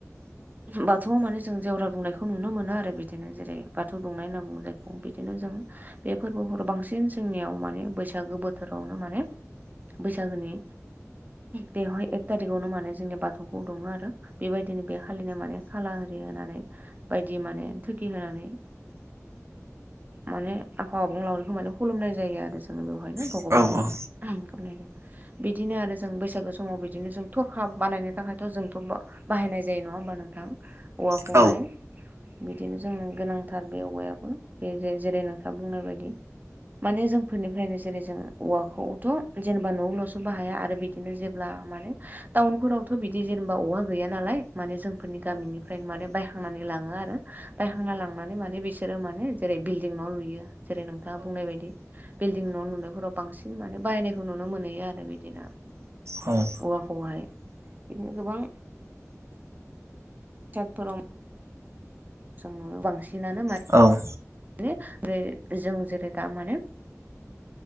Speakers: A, on the right; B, on the right.
A: बाथौआव माने जों जेवरा बुंनायखौ नुनो मोनो आरो बिदिनो जेरै बा थ' दुंनाय होनना बुंङो जायखौ बिदिनो जोंङो बे फोरबोफोर बांसिन जोंनियाव माने बैसागो बोथोरावनो माने बैसागोनि बेवहाय एक थारिखावनो माने जोंनि बाथौखौ दुमो आरो बेबायदिनो बे खालिनो माने खाला आरि होनानै बायदि माने थुगि होनानै माने आफा आबंलावरिखौ माने खुलुमनाय जायो आरो जो जों बेवहायनो भगबानखौ
B: औ औ
A: <unintelligible> बिदिनो आरो जों बैसागो समाव बिदिनो जों थरखा बानायनो थाखायथ' जोंथ' बाहायनाय जायो नङा होमबा नोंथां औवाखौहाय
B: औ सैथो औ सैथो औ
A: बिदिनो जोंङो गोनां थार बे औवायाबो बे जेरै नोंथाङा बुंनाय बायदि माने जोंफोरनिफ्रायनो जेरै जों औवाखौथ' जेनेबा न'आवल'सो बाहाया आरो बिदिनो जेब्ला माने टाउनफोरावथ' बिदि जेनेबा औवा गैया नालाय माने जोंफोरनि गामिनिफ्रायनो माने बायखांनानै लाङो आरो बायहांना लाङ माने बिसोरो माने जेरै बिल्डिं न' लुयो जेरै नोंथाङा बुंनाय बायदि बिल्डं न' लुनायफोराव बांसिन माने बाहायनायखौ नुनो मोनहैयो आरो बिदिनो
B: ओं
A: औवा खौहाय बिदिनो गोबां <unintelligible> जों नुनो बांसिनानो
B: औ
A: ने रे जों जेरै दा माने